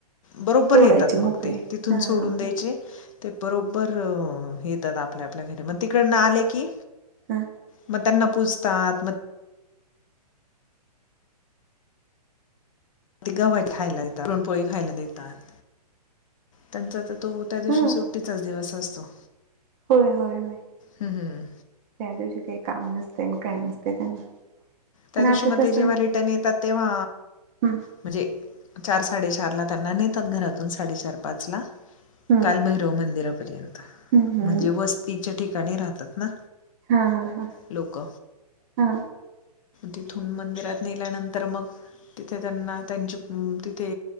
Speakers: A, on the left; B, on the right.
A: बरोबर
B: सोडायचे
A: येतात
B: मोकळे
A: मग ते तिथून
B: हा
A: सोडून
B: हा
A: द्यायचे
B: हा
A: ते बरोबर येतात आपल्या मग तिकडन आले की
B: हा
A: मग त्यांना पूजतात मग ते गावात खायला येतात. पूरणपोळी खायला देतात त्यांच तो त्या दिवशी
B: हा
A: सुट्टीचाच दिवस असतो.
B: होय होय होय त्या
A: हम्म. हम्म.
B: दिवशी काही काम नसत. काय नसते त्यांना.
A: त्या
B: पण
A: दिवशी
B: आता
A: म
B: तसं
A: ते जेव्हा रिटर्न येतात तेव्हा
B: हम्म
A: म्हणजे चार साडेचारला त्यांना नेतात घरातून साडेचार पाच ला
B: हम्म
A: कालभैरव मंदिरामध्ये
B: हम्म
A: म्हणजे
B: हम्म
A: वस्तीच्या ठिकाणी राहतात ना.
B: हा हा हा
A: लोक
B: हा
A: तिथून मंदिरात नेल्यानंतर मग, तिथे त्यांना त्यांची तिथे